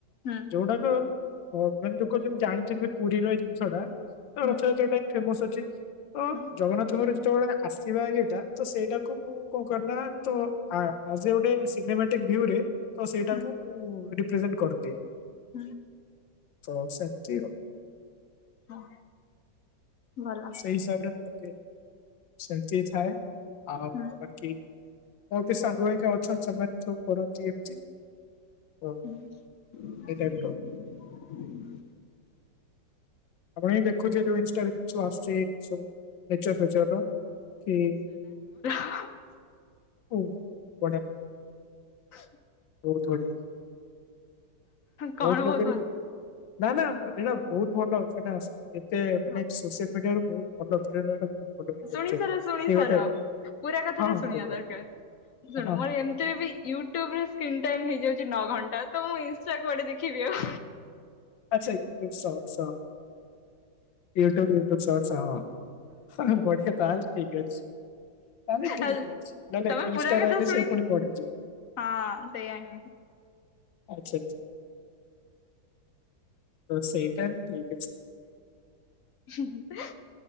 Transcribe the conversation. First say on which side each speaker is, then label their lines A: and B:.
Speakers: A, on the left; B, on the left.
A: ହୁଁ
B: ଯୋଉଡାକ ଅ ମାନେ ଲୋକ ଯେମତି ଜାଣିଛନ୍ତି ପୁରୀର ଏଇ ଜିନିଷଟା ରଥଯାତ୍ରା
A: ହୁଁ।
B: ଟା ହିଁ ଫେମସ୍ ଅଛି ତ
A: ହୁଁ
B: ଜଗନ୍ନାଥଙ୍କର ଯେତେବେଳେ ଆସିବା ଇଏଟା ତ ସେଇଟାକୁ ମୁଁ କଣ କରିନା ତ ଆ ଆଜ ଏ ଗୋଟେ ସିନେମାଟିକ ଭ୍ୟୁ ରେ ତ ସେଇଟାକୁ
A: ହୁଁ
B: ମୁଁ ରିପ୍ରେଜେଣ୍ଟ କରିଦିଏ।
A: ହୁଁ
B: ତ ସେମତି ଆଉ।
A: ହଁ। ଭଲ
B: ସେଇ ହିସାବରେ ବୋଧେ ସେମତି ଥାଏ। ଆଉ
A: ହୁଁ
B: ବାକି କୁହନ୍ତି ସାଙ୍ଗ ଏଇକା ଅଛନ୍ତି ସେମାନେ ସବୁ କରନ୍ତି ଏମିତି
A: ହୁଁ।
B: ତ ଏଇ ଟାଇପ ର ଆପଣ ବି ଦେଖୁଚ ଯୋଉ ଇନଷ୍ଟା ଭିତ୍ ସ ଆସଛି ସ ନେଚର ଫେଚର କି
A: ହ
B: ଓ ବଢ଼ିଆ
A: ହ
B: ବହୁତ ବଢିଆ।
A: କଣ
B: ବହୁତ ଲୋକ
A: କହୁଛନ୍ତି?
B: ବି ନା ନା ଏଇଟା ବହୁତ ଭଲ ସେ ଯେତେ ମାନେ
A: ହଁ
B: ସୋସିଆଲ ମିଡିଆ ର ବହୁତ ଭଲ। ଦୂରରେ ରହିବାଟା ବହୁତ ଭଲ କିନ୍ତୁ
A: ଶୁଣି
B: ଆକ୍ଚୁଆଲି
A: ସାର ଶୁଣି
B: ଏଇ
A: ସାର
B: ଗୋଟେ
A: ପୁରା କଥା
B: ହଁ
A: ଟା
B: ହଁ
A: ଶୁଣିବା
B: କୁହ କୁହ
A: ଦରକାର। ଶୁଣ
B: ହଁ
A: ମୋର
B: ହଁ କୁହ
A: ଏମିତିରେ ବି ୟୁଟ୍ୟୁବରେ ସ୍କ୍ରିନ୍ ଟାଇମ୍ ହେଇଯାଉଛି ନଅ ଘଣ୍ଟା। ତ ମୁଁ ଇନଷ୍ଟା କୁଆଡେ ଦେଖିବି ଆଉ।
B: ଆଚ୍ଛା YouTube shorts YouTube YouTube shorts ହଁ ବଢିଆ ତାହାଲେ ଠିକ ଅଛି। ତାହେଲେ ଠିକ
A: ଆଉ
B: ଅଛି ନହଲେ
A: ତମେ
B: ଇନଷ୍ଟା
A: ପୁରା କଥା
B: ରହିଲେ
A: ଶୁଣିକି
B: ସେ ପୁଣି ବଢିଯିବ।
A: ହଁ ସେଇୟା ହିଁ।
B: ଆଚ୍ଛା ଆଚ୍ଛା। ତ ସେଇଟା ଠିକ୍।
A: ହି ହିଁ ହା।